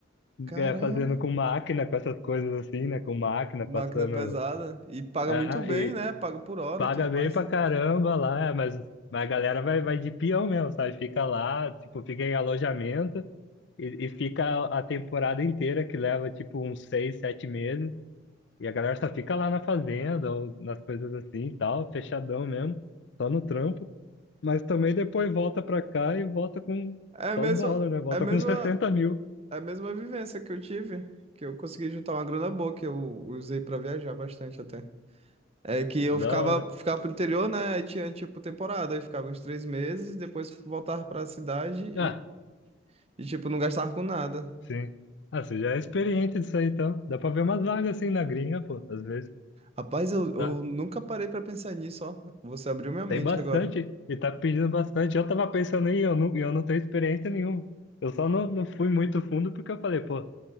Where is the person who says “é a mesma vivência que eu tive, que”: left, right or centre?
Right